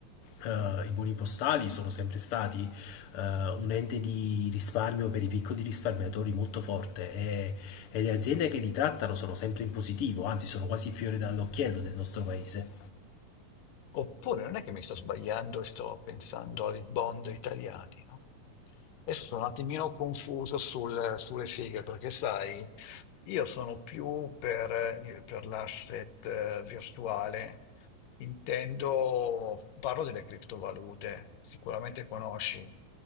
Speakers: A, on the left (about 60°); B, on the left (about 80°).
A: eh, i buoni postali sono sempre stati eh, un ente di risparmio per i piccoli risparmiatori molto forte e, e le aziende che li trattano sono sempre in positivo, anzi sono quasi fiore dall'occhiello del nostro paese.
B: Oppure non è che mi sto sbagliando e sto pensando ai bond italiani, no? Adesso sono un attimino confuso sul- sulle sigle, perché sai, io sono più per, eh, per l'asset eh, virtuale, intendo, parlo delle criptovalute, sicuramente conosci.